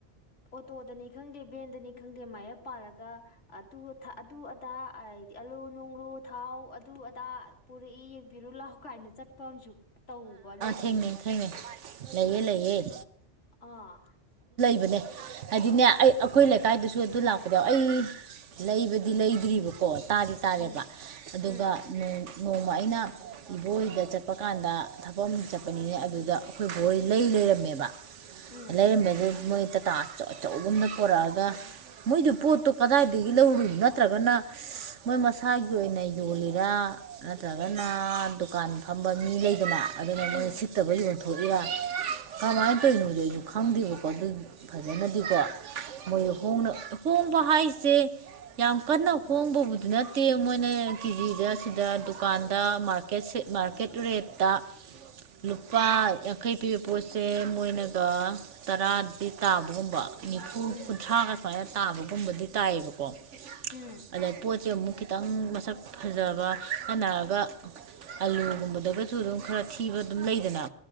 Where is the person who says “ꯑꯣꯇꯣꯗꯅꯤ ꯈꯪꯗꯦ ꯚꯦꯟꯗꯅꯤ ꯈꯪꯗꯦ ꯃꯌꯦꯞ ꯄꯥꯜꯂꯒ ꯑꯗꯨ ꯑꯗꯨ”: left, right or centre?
Left